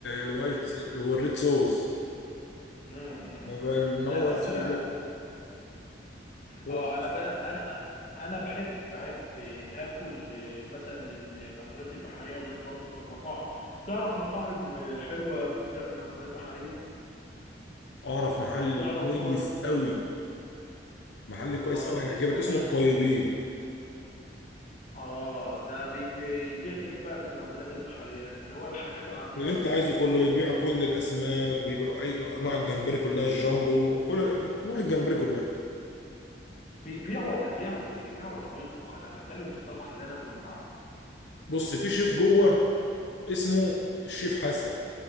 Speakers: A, on the left (about 80°); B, on the left (about 45°).
A: الوايت والريد صوص
B: امم امم.
A: انما
B: لا
A: الوايت
B: بس
A: صوص
B: انا
A: دي الوايت
B: اه
A: صوص-
B: انا ب... انا انا بحب بحب اكل مثلا المأكولات البحريه ديت برضه في المطاعم تعرف مطاعم حلوه بتبيع مأكولات بحريه
A: اعرف محل
B: لو تعرف
A: كويس
B: تقول
A: قوي محل كويس
B: اه
A: قوي هيعجبك
B: اسمه ايه
A: اسمه
B: بقى المح...
A: الطيبين
B: اه ده بي- بيبيع ايه بقى من المأكولات البحريه اللي هو الحاجات العاديه
A: اللي
B: ولا
A: انت عايزه
B: ايه دنيته
A: كله بيبيع كل الاسماك بيبيع اي انواع الجمبري كلها الجامبو كل انواع الجمبري كلها
B: بيبيع ولا بيعمل بيبيع ولا بيطبخ انا بتكلم في طبخ اللي انا اكل من عنده
A: بص في شيف جوه اسمه الشيف حسن